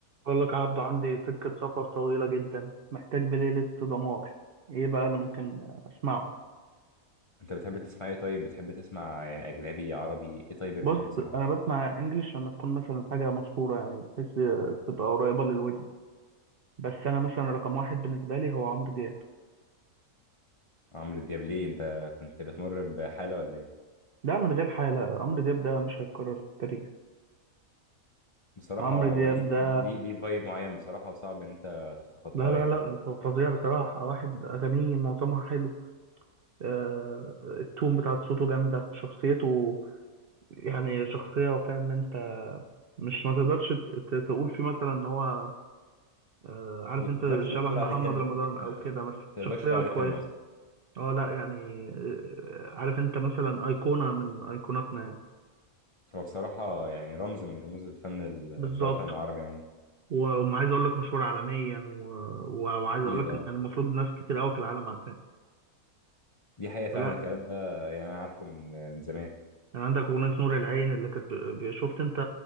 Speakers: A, on the right; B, on the left.
A: بقول لك عبده عندي سكة سفر طويلة جدا محتاج بلاي ليست دمار ايه بقى اللي ممكن اسمعه
B: انت بتحب تسمع ايه طيب بتحب تسمع يعني اجنبي عربي ايه طيب اللي
A: بص
B: بتحب تسمعه
A: انا بسمع انجليش لما تكون مثلا حاجة مشهورة يعني بحيث تبقى قريبة للودن بس انا مثلا رقم واحد بالنسبة لي هو عمرو دياب
B: عمرو دياب ليه انت كنت بتمر بحاله ولا ايه
A: ده من غير حالة عمرو دياب ده مش هيتكرر في التاريخ
B: بصراحه
A: عمرو
B: هو
A: دياب
B: ليه
A: ده
B: ليه ليه فايب معين بصراحه وصعب ان انت تتخطاه
A: لا لا
B: يعني
A: لا ف- فظيع بصراحة واحد أغانيه معظمها حلو آه، التون بتاعت صوته جامدة شخصيته يعني شخصية فاهم انت مش ما تقدرش ت- ت- تقول فيه مثلا ان هو آه، عارف
B: ما تقدرش
A: انت
B: تقول
A: شبه
B: تقول
A: محمد
B: عليه كلمه
A: رمضان او كده بس
B: ما تقدرش
A: شخصية
B: تقول عليه
A: كويسة
B: كلمه اصلا
A: اه لا يعني آه، عارف انت مثلا ايقونة من ايقوناتنا يعني
B: هو بصراحه يعني رمز من رموز الفن ال-
A: بالظبط
B: في الوطن العربي عموما
A: و- وعايز اقول لك مشهور عالميا و... و- وعايز
B: اكيد
A: اقول لك
B: اه
A: يعني المفروض ناس كتير قوي في العالم عارفاه
B: دي حقيقه فعلا
A: فلا
B: الكلام ده يعني انا عارفه من من زمان
A: يعني عندك اغنية نور العين اللي كانت ب... ب- شفت انت